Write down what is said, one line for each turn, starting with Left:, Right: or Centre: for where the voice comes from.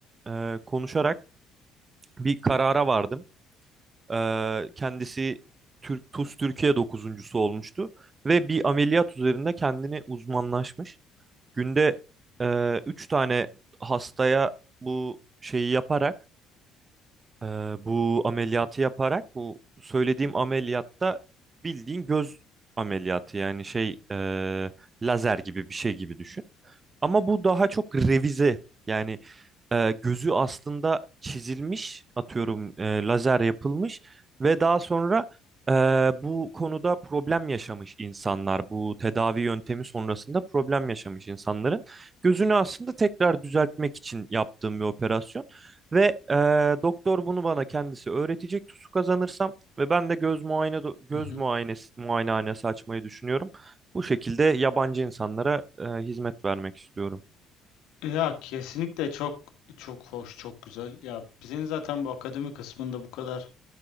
Right: e, konuşarak bir karara vardım. Ee, kendisi Türk, TUS Türkiye dokuzuncusu olmuştu ve bir ameliyat üzerinde kendini uzmanlaşmış. Günde e, üç tane hastaya bu şeyi yaparak, e, bu ameliyatı yaparak, bu söylediğim ameliyatta bildiğin göz ameliyatı yani şey e, lazer gibi bir şey gibi düşün. Ama bu daha çok revize. Yani e, gözü aslında çizilmiş, atıyorum e, lazer yapılmış ve daha sonra e, bu konuda problem yaşamış insanlar, bu tedavi yöntemi sonrasında problem yaşamış insanların gözünü aslında tekrar düzeltmek için yaptığım bir operasyon ve e, doktor bunu bana kendisi öğretecek. TUS'u kazanırsam ve ben de göz muayene göz
Left: Hı hı.
Right: muayenesi muayenehanesi açmayı düşünüyorum. Bu şekilde yabancı insanlara e, hizmet vermek istiyorum.
Left: Ya kesinlikle çok çok hoş, çok güzel. Ya bizim zaten bu akademi kısmında bu kadar